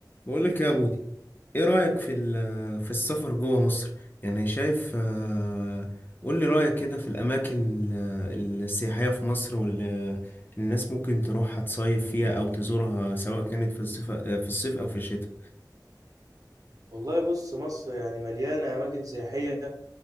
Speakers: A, on the left; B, on the right.
A: بقول لك يا بودي ايه رأيك في ال- في السفر جوه مصر يعني شايف آه، قول لي رأيك كده في الاماكن ال- السياحية في مصر واللي الناس ممكن تروحها تصيف فيها او تزورها سواء كانت في الصيف آه، في الصيف او في الشتاء
B: والله بص مصر يعني مليانة أماكن سياحية